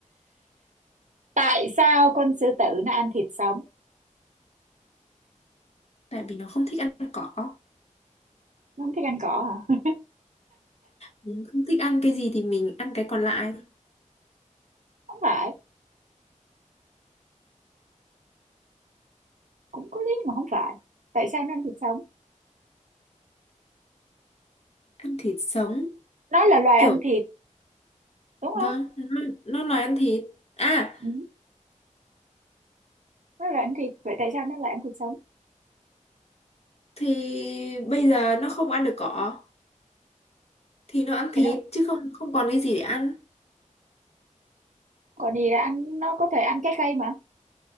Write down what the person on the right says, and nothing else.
tại sao con sư tử nó ăn thịt sống
nó không thích ăn cỏ hả
không phải cũng có lý nhưng mà không phải tại sao nó ăn thịt sống
nó là loài
ăn thịt đúng
không
ừ. nó là ăn thịt vậy tại sao nó lại ăn thịt sống
thì nó
còn gì là ăn nó có thể ăn trái cây mà